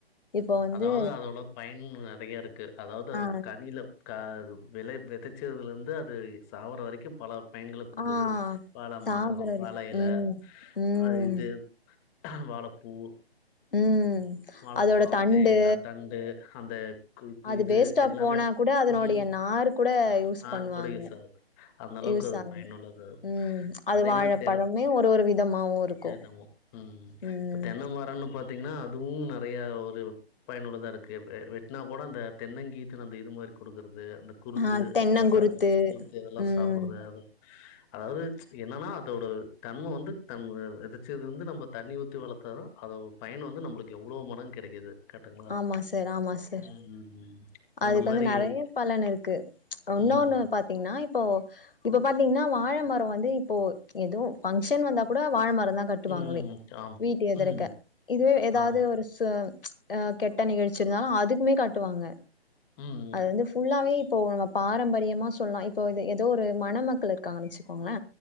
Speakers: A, on the left; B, on the left.
A: இப்போ வந்து
B: அதாவது அதோட பயன் நெறைய இருக்கு அதாவது அது
A: ஆ
B: கனில கா அது வெலை வெத வெதச்சதுலேருந்து அது இ சாவுற வரைக்கு பல பயன்களை குடுக்குது
A: ஆ
B: வாழ
A: சாகுற
B: மரோ
A: இருக்கு
B: வாழ இலை
A: ம் ம்
B: அ இது வாழ பூ
A: ம்
B: வாழ
A: அதோட
B: பழோ
A: தண்டு
B: தேங்கா தண்டு அந்த கு கு
A: அது
B: இது
A: வேஸ்ட்டா
B: எல்லாமே
A: போனா கூட அதனுடைய
B: ம்
A: நார் கூட
B: அ
A: யூஸ் பண்ணுவாங்க
B: ஆறு கூட யூஸ் ஆகுது அந்த அளவுக்கு
A: யூஸ்
B: அது
A: ஆகுது
B: பயனுள்ளது
A: ம் அது
B: அதே
A: வாழப்பழமே
B: மாரி தென்
A: ஒரு ஒரு விதமாவு இருக்கு
B: தேங்காவு ம்
A: ம்
B: இப்ப தென்ன மரனு பாத்தீங்கனா அதுவு நெறையா ஒரு பயனுள்ளதா இருக்கு வெ வெட்டனா கூட அந்த தென்னங்கீத்து அந்த இது மாரி குடுக்குறது அந்த குருத்து
A: ஆ தென்னங்குருத்து
B: இதெல்லா சாப்பற குருத்து அதெல்லா
A: ம்
B: சாப்பறது அது அதாவது என்னன்னா அதோட தன்ம வந்து தன் வ வெதச்சது வந்து நம்ம தண்ணி ஊத்தி வளக்கதா அத பயன் வந்து நம்மளுக்கு எவ்ளோ மடங்கு கெடைக்குது கரெட்டுங்களா
A: ஆமா சார் ஆமா சார்
B: ம் ம்
A: அதுக்கு
B: அந்த மாரி
A: வந்து நெறைய
B: இருக்கு
A: பலன் இருக்கு இன்னொன்று
B: ம்
A: பாத்தீங்கனா இப்போ இப்போ பாத்தீங்கன்னா வாழமரோ வந்து இப்போ எதோ ஃபங்க்ஷன் வந்தா கூட வாழமர தா கட் டுவாங்களே
B: ம் ஆம்
A: வீட்டு எதிரக்க
B: ம்
A: இதுவே எதாவது
B: ஆமா
A: ஒரு சுவோ அ கெட்ட நிகழ்ச்சிருந்தாலு அதுக்குமே கட்டுவாங்க
B: ம்
A: அது வந்து ஃபுல்லாவே இப்போ நம்ம பாரம்பரியமா சொல்லலா இப்போ இது எதோ ஒரு மண மக்கள் இருக்காங்கன்னு வச்சுக்கோங்களே